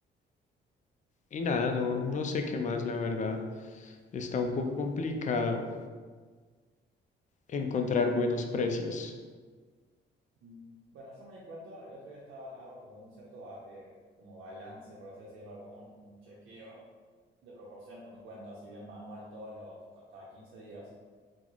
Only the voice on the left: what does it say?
Y nada, no, no sé qué más, la verdad. Está un poco complicado encontrar buenos precios.